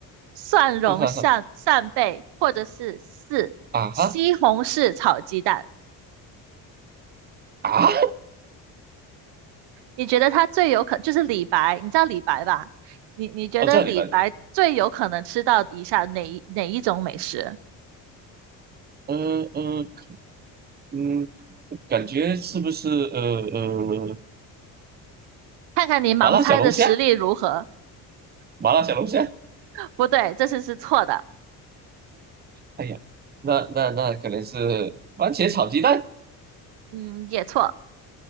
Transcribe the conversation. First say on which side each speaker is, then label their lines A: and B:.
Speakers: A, on the right; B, on the right.
A: 蒜蓉扇扇贝，
B: 哈哈哈，
A: 或者是四、
B: 啊哈
A: 西红柿炒鸡蛋。
B: 啊，
A: 你觉得他最有可就是李白，你知道李白吧？你你觉得李白最有可能吃到以下哪一哪一种美食？
B: 哦，这里吧，嗯嗯嗯，感觉是不是呃呃
A: 看看你盲猜的实力如何。
B: 麻辣小龙虾，麻辣小龙虾，
A: 不对，这次是错的，
B: 哎呀，那那那可能是番茄炒鸡蛋
A: 嗯，也错。